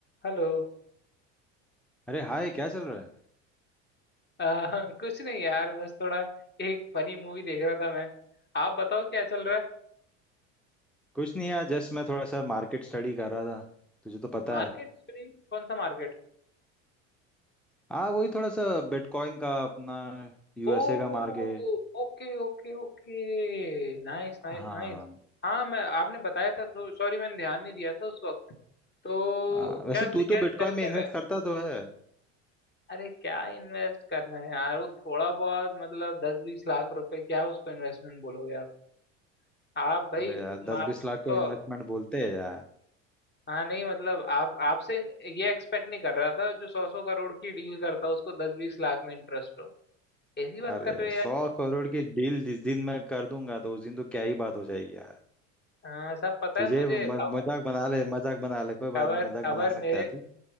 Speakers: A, on the left (about 25°); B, in the centre.
A: Hello
B: अरे हाय क्या चल रहा है
A: अह, कुछ नहीं यार बस थोड़ा एक फनी मूवी देख रहा था मैं आप बताओ क्या चल रहा है
B: कुछ नहीं यार जस्ट मैं थोड़ा सा मार्केट स्टडी कर रहा था तुझे तो पता
A: मार्केट
B: है
A: सॉरी कौन सा market
B: हाँ वही थोड़ा सा बिटकॉइन का अपना यूएसए
A: Oh
B: का मार्केट
A: okay okay okay nice nice
B: हाँ
A: nice हाँ मैं आपने बताया था तो सॉरी मैंने ध्यान नहीं दिया था उस वक्त तो
B: आ, वैसे
A: क्या
B: तू
A: क्या
B: तो
A: चल
B: बिटकॉइन
A: क्या
B: में इन्वेस्ट
A: रहा है
B: करता तो है
A: अरे क्या इन्वेस्ट करना है यार वो थोड़ा बहुत मतलब दस बीस लाख रुपए क्या उसको इन्वेस्टमेंट बोलोगे आप आप भाई
B: अरे यार दस
A: मार्केट
B: बीस लाख को
A: को
B: इन्वेस्टमेंट बोलते हैं यार
A: हाँ नहीं मतलब आप आपसे इन- ये एक्सपेक्ट नहीं कर रहा था जो सौ सौ करोड़ की डील करता हो उसको दस बीस लाख में इंटरेस्ट हो ऐसी बात
B: अरे
A: कर रहे हो यार
B: सौ करोड़ की डील जिस दिन मैं कर दूंगा तो उस दिन तो क्या ही बात हो जाएगी यार
A: हाँ सब पता
B: तुझे
A: है मुझे
B: म,
A: खबर
B: मजाक बना ले मजाक बना ले कोई
A: खबर
B: बात नहीं मजाक
A: खबर
B: बना सकता
A: मेरे
B: है तू